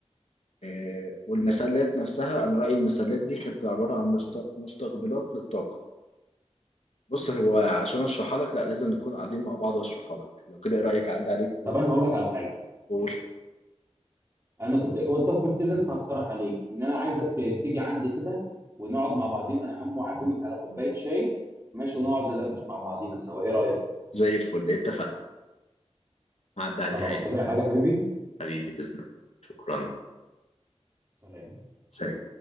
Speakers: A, on the left; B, on the right.
A: آه، والمسلات نفسها انا رايي المسلات دي كانت عباره عن مست- مستقبلات للطاقه بص هو عشان اشرحها لك لا لازم نكون قاعدين مع بعض واشرحها لك لو كده ايه رايك اعدي عليك
B: طب انا هقول لك على حاجه
A: وقول
B: انا كنت طب كنت لسه هقترح عليك ان انا عايزك تيجي عندي كده ونقعد مع بعضينا يا عم واعزمك على كوبايه شاي ماشي ونقعد ندردش مع بعضينا سوا ايه رايك
A: زي الفل اتفقنا هعدي عليك
B: خلاص
A: حالا
B: عايز اي حاجه يا حبيبي
A: حبيبي تسلم شكرا
B: سلام
A: سلام